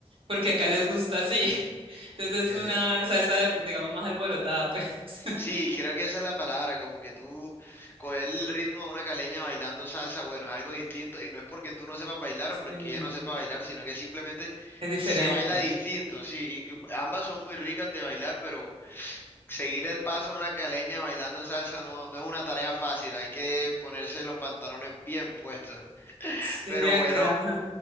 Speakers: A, on the right; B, on the left.
A: porque acá les gusta así. <laughs> Entonces
B: Okay.
A: es una salsa de, digamos, más alborotada, pues. <laughs>
B: Sí, creo que esa es la palabra, como que tú coger el ritmo a una caleña bailando salsa, bueno, es algo distinto y no es porque tú no sepas bailar
A: Sí,
B: o porque ella no sepa bailar, sino que simplemente
A: es diferente.
B: se baila distinto, sí, y y ambas son muy ricas de bailar, pero seguirle el paso a una caleña bailando salsa no, no es una tarea fácil, hay que ponerse los pantalones bien puestos.
A: Sí,
B: Pero
A: acá.
B: bueno,
A: ajá,